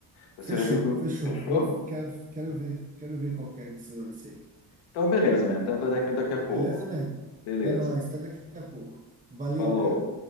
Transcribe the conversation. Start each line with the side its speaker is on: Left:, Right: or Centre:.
Left: Você
Right: Fechou,
Left: vai ver que eu-
Right: fechou.
Left: fechou?
Right: Vou, quero, quero ver, quero ver qual que é desse lance aí.
Left: Então beleza, man. Então, daqui, daqui a pouco.
Right: Beleza, man?
Left: Beleza.
Right: É nóis. Até daqui a pouco. Valeu,
Left: Falou.
Right: cara.